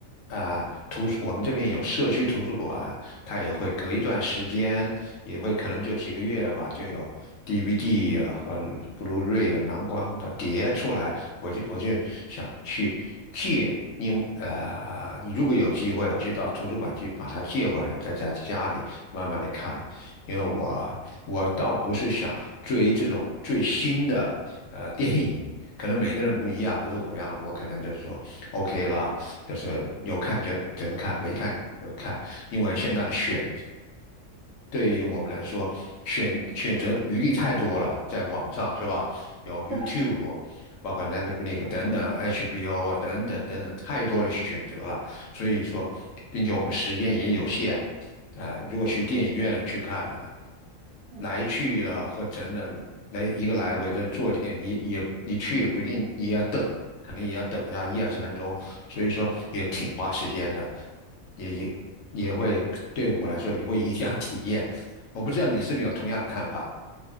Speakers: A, on the left; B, on the right.
A: 啊、图书，我们这边有社区图书馆，它也会隔一段时间，
B: 哦，
A: 也会可能就几个月吧，就有 DVD 啊和 Blu-ray 啊蓝光的碟出来，我就我就想去借。因呃，如果有机会，我去到图书馆去把它借回来，在家家里慢慢的看。因为我我倒不是想追这种最新的呃电影，可能每个人不一样。就是我一样，我可能就是说 OK 啦，就是有看就就是看，没看就看。因为现在的选对于我们来说，选选择余地太多了，在网上是吧？有 YouTube，
B: 是的，
A: 包括 l e t f l i x 等等，HBO 啊等等等等，太多的选择了。所以说，并且我们时间也有限，呃，如果去电影院去看呢。
B: 嗯。
A: 来去啊，或等等，来一个来回的坐垫，你也你去也不一定也要等，可能也要等一下一二十分钟，所以说也挺花时间的，也也也会对我来说也会影响体验。我不知道你是不是有同样的看法？